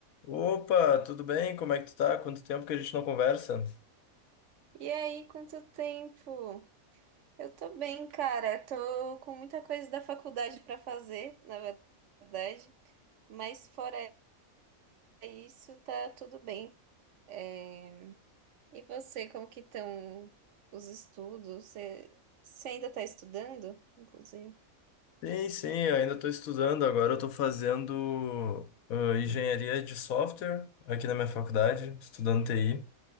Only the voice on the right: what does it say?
E aí, quanto tempo? Eu tô bem, cara. Tô com muita coisa da faculdade pra fazer, na verdade. Mas fora isso, tá tudo bem. É, E você, como que estão os estudos? Você... você ainda tá estudando, inclusive?